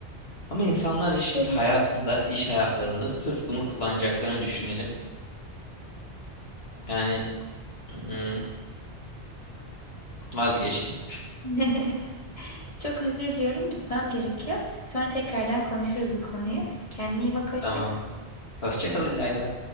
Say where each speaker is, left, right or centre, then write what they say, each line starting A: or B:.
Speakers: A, on the left; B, on the left.
A: Ama insanlar da şimdi
B: olabilir.
A: hayatında, iş hayatlarında sırf bunu kullanacaklarını düşünelim. Yani hmm, vazgeçtim.
B: <laughs> Çok özür diliyorum, gitmem gerekiyor. Sonra tekrardan konuşuruz bu konuyu. Kendine iyi bak, hoşça
A: Tamam.
B: kal.
A: Hoşça kal İlayda.